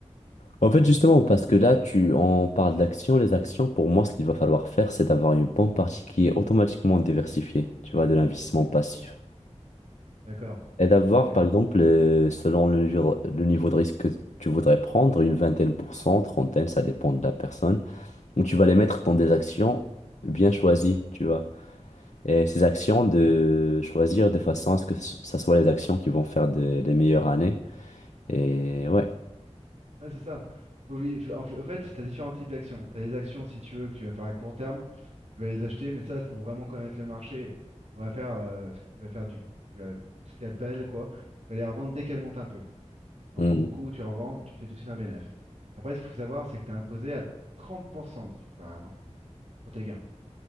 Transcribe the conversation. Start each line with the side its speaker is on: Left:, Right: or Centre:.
Left: En fait, justement, parce que là, tu, on parle d'actions. Les actions, pour moi, ce qu'il va falloir faire, c'est d'avoir une bonne partie qui est automatiquement diversifiée, tu vois, de l'investissement passif.
Right: D'accord.
Left: Et d'avoir,
Right: Ok.
Left: par exemple, euh, selon le niveau, le niveau de risque que tu voudrais prendre, une vingtaine pour cent, trentaine, ça dépend de la personne. Donc tu vas les mettre dans des actions bien choisies, tu vois. Et ces actions, de choisir de façon à ce que ce- ça soit les actions qui vont faire des les meilleures années. Et ouais.
Right: Ouais, c'est ça. Faut vi- f- en fait, en fait, t'as différents types d'actions. T'as les actions, si tu veux, que tu vas faire à court terme, tu vas les acheter, mais ça, il faut vraiment connaître le marché. On va faire, euh, ce que tu vas faire du, du, euh, du coup de scalpel, quoi. Tu vas les revendre dès qu'elles montent un peu. T'en
Left: Mm,
Right: prends beaucoup, tu revends, tu te fais tout de suite un bénéf. Après, ce qu'il faut savoir, c'est que tu es imposé à 30% dessus quand même, hein, sur tes gains.